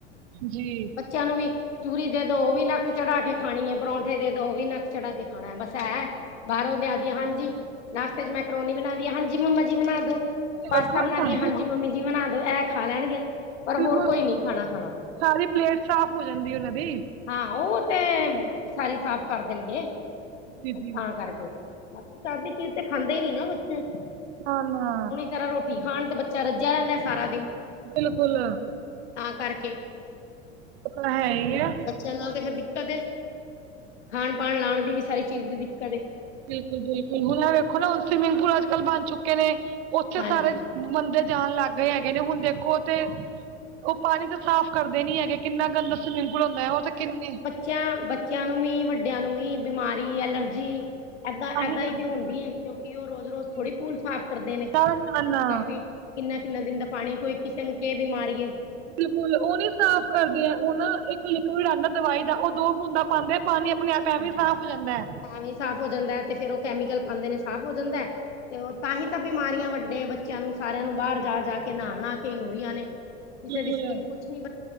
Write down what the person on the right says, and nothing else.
ਜੀ
ਸਾਰੀ
ਬਿਲਕੁਲ,
ਸਾਰੀ ਪਲੇਟ ਸਾਫ਼ ਹੋ ਜਾਂਦੀ ਉਹਨਾਂ ਦੀ।
ਜੀ ਜੀ
ਆਉਣੀ ਆ
ਬਿਲਕੁਲ,
ਉਹ ਤਾਂ ਹੈ ਈ ਐ।
ਬਿਲਕੁਲ-ਬਿਲਕੁਲ ਹੁਣ ਵੇਖੋ ਨਾ ਹੁਣ ਸਵਿਮਿੰਗ ਪੂਲ ਅੱਜ ਕੱਲ ਬਣ ਚੁੱਕੇ ਨੇ ਉੱਥੇ
ਸਾਰੇ ਬੰਦੇ ਜਾਣ ਲੱਗ ਗਏ ਹੈਗੇ ਨੇ ਹੁਣ ਦੇਖੋ ਤੇ ਉਹ ਪਾਣੀ ਤਾਂ ਸਾਫ਼ ਕਰਦੇ ਨੀ ਹੈਗੇ ਕਿੰਨਾ ਗੰਦਾ ਸਵਿਮਿੰਗ ਪੁਲ ਹੁੰਦਾ ਉਹ ਤੇ ਕਿੰਨੇ
ਤਾਂਹੀ
ਲੱਗਦੀ
ਜੀ।
ਨਾ-ਨਾ-ਨਾ।
ਬਿਲਕੁਲ ਉਹ ਨੀ ਸਾਫ਼ ਕਰਦੇ ਹੈ ਉਹ ਨਾ ਇੱਕ ਲਿਕਿਡ ਆਉਂਦਾ ਦਵਾਈ ਦਾ ਉਹ ਦੋ ਬੂੰਦਾ ਪਾਉਂਦੇ ਆ ਪਾਣੀ ਆਪਣੇ ਆਪ ਐਵੇਂ
ਸਾਫ਼ ਹੋ ਜਾਂਦਾ ਐ।
ਬਿਲਕੁਲ